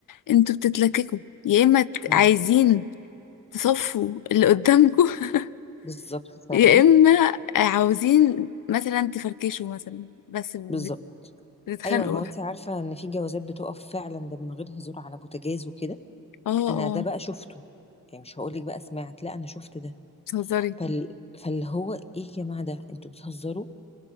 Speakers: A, on the left; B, on the left.
A: انتوا بتتلككوا يا اما ت-
B: مم.
A: عايزين تصفوا اللي قدامكم <laughs>
B: بالظبط فعلا
A: يا اما عاوزين مثلا تفركشوا مثلا بس بت-
B: بالظبط
A: بتتخانقوا
B: أيوة هو أنت عارفة إن في جوازات بتقف فعلا ده من غير هزار على بوتاجاز وكده
A: اه اه
B: أنا ده بقى شفته يعني مش هقولك بقى سمعت لا أنا شفت ده
A: بتهزري
B: فال... فاللي هو إيه يا جماعة ده أنتوا بتهزروا